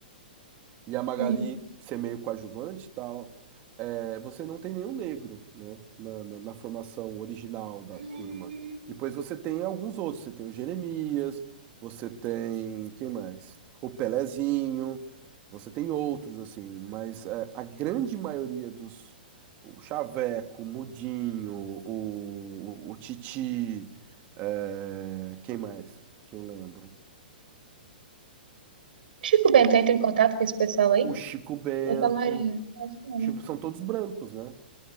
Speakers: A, on the right; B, on the right.
A: e a Magali
B: Hum.
A: ser meio coadjuvante e tal, é, você não tem nenhum negro, né, na, na, na formação original da
B: Hum.
A: turma. Depois você tem alguns outros, você tem o Jeremias, você tem, quem mais? O Pelezinho, você tem outros, assim, mas é, a grande maioria dos, o Chaveco, o Mudinho, o, o, o Titi, é, quem mais que eu lembro?
B: Chico Bento entra em contato com esse pessoal aí?
A: O Chico Bento,
B: Santa Maria. Acho que não.
A: o Chico, são todos brancos, né?